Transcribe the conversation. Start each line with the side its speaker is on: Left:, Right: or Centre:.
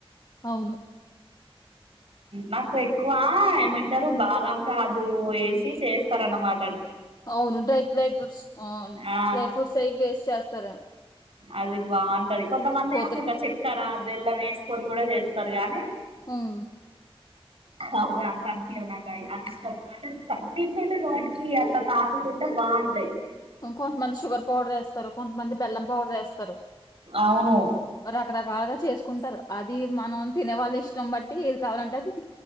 Left: అవును
Right: నాకు ఎక్కువ ఏమంటారు బాదం కాజు వేసి చేస్తార అన్నమాట
Left: అవును డ్రై డ్రై ఫ్రూట్స్ అవును
Right: ఆ
Left: డ్రై ఫ్రూట్స్ అవి వేసి చేస్తారు
Right: అది బాగుంటది కొంతమంది
Left: పోతురు
Right: ఏమో ఇక చక్కర బెల్లం వేసుకొని కూడా చేస్తారు గాని
Left: హ్మ్మ్
Right: అవ అంత అనిపియ్యవు నాకు అది ఇష్టం అంటే తింటుంటే నోటికి అట్లా తాకు తుంటే బాగు
Left: ఇంకొంతమంది సుగర్ పౌడర్ వేస్థారు కొంతమంది బెల్లం పడర్ వేస్తారు
Right: అవును
Left: రకరకాలుగా కుంటారు అది మనం తినే వాళ్ళ ఇష్టం బట్టి ఏది కావాలంటే అది